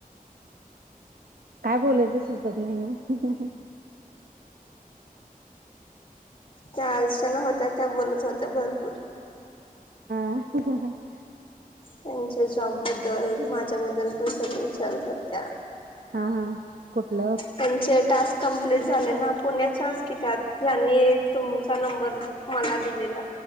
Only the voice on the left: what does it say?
त्या आलशना होत्या त्या बोलत होत्या भरपूर
त्यांच्या जॉबबद्दल माझ्याबद्दल पण सगळ विचारत होत्या.
त्यांचे टास्क कंप्लीट झाले ना पुण्याच्याच की त्यात ज्यांनी तुम चा नंबर मला दिलेला